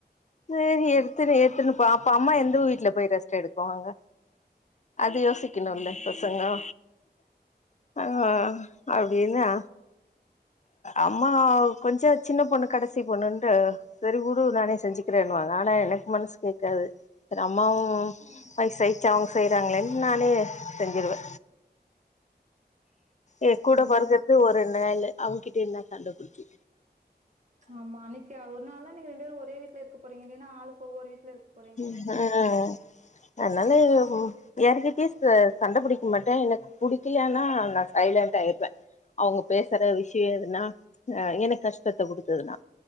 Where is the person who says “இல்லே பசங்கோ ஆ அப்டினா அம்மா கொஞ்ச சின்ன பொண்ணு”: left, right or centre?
Left